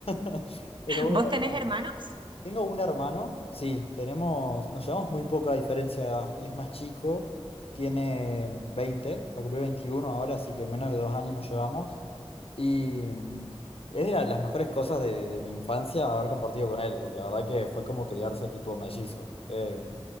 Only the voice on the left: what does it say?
<laughs> Pero
bueno,
nada.
Tengo un hermano, sí, tenemos, nos llevamos muy poca diferencia de edad. Él es más chico, tiene 20, va a cumplir 21 ahora, así que menos de dos años nos llevamos. Y mm, es de la- las mejores cosas de, de mi infancia haber compartido con él, porque la verdad que fue como criarse tipo mellizos. Eh,